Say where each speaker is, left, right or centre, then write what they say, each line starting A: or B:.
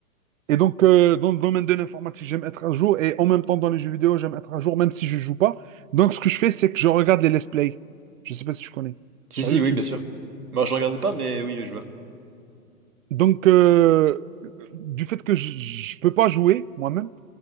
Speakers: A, on the right; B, on the right.
A: Et donc, euh, dans le domaine de l'informatique, j'aime être à jour. Et en même temps, dans les jeux vidéo, j'aime être à jour, même si je joue pas. Donc, ce que je fais, c'est que je regarde les let's play. Je sais pas si tu connais.
B: Si,
A: Sur
B: si,
A: YouTube.
B: oui, bien sûr. Moi, je regardais pas, mais oui, oui, je vois.
A: Donc, euh, du fait que je ne peux pas jouer moi-même,